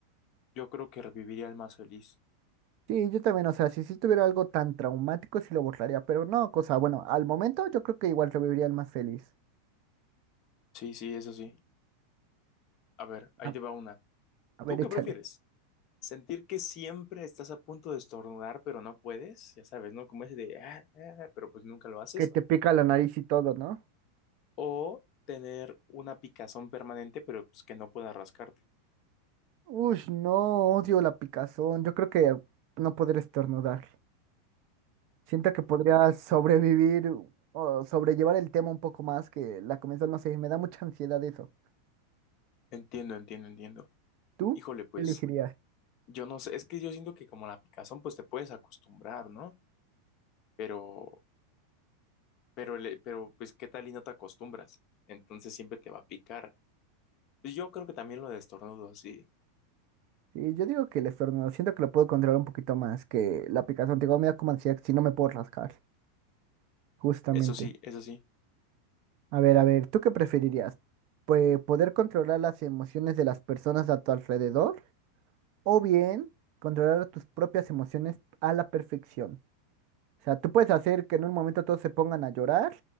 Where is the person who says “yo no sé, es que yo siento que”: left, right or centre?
Left